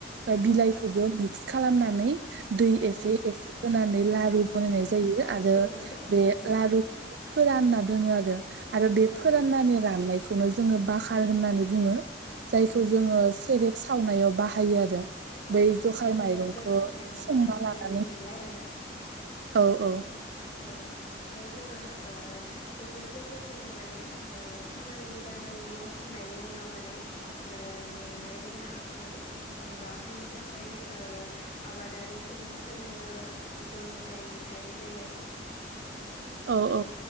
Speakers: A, on the right; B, on the left.
A: बिलाइखौबो मिक्स खालामनानै दै
B: औ
A: एसे एसे होनानै लारु
B: औ
A: बाहायनाय जायो
B: सारस्रिनानै
A: आरो
B: ओ
A: बे
B: लारु
A: लारुखौ फोरानना दोनो आरो आरो बे
B: औ
A: फोराननानै राननायखौ खौनो जोङो बकखार होननानै बुङो जायखौ
B: औ नंगौ
A: जोङो
B: नोंथां
A: सेरेब सावनायाव बाहायो आरो।
B: औ
A: बै जखाय
B: जायखिजाया
A: माइरंखौ
B: जौ संनायावनो
A: संना
B: बाहायनाय
A: लानानै
B: नुयो आरोना
A: औ औ
B: औ नोंथां ओमफफ्राय जोङो ओ बेफोर जौफोरखौनो माने ओ खामानि दामानि मावखांनायनि उनाव माने ओ मेंनाय देहाखौ मेंंगाहो थाखाय आबादारि सुबुंफोरनो बो होनाय नुनाय जायो।
A: औ औ